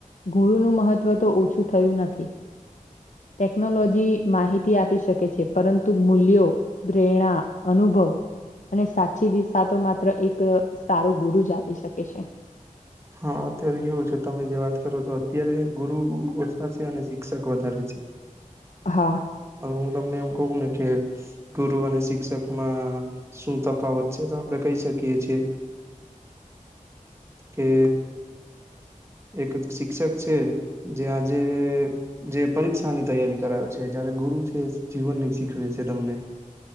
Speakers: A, on the left; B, on the right.
A: ગુરુંનું મહત્વ તો ઓછું થયું નથી ટેકનોલોજી માહિતી આપી શકે છે પરંતુ મૂલ્યો, પ્રેરણા, અનુભવ અને સાચી દિશા તો માત્ર એક સારો ગુરુ જ આપી શકે છે
B: હા અત્યારે કેવું છે તમે જે વાત કરો છો અત્યારે ગુરુ ઓછા છે અને શિક્ષક વધારે છે
A: હા
B: અ હું તમને એમ કેવું ને કે ગુરુ અને શિક્ષકમાં શું તફાવત છે તો આપડે કહી શકીએ છે કે એક શિક્ષક છે જે આજે જે પરીક્ષાની તૈયારી કરાવે છે જા જ્યારે ગુરુ છે એ જીવનની શીખવે છે તમને.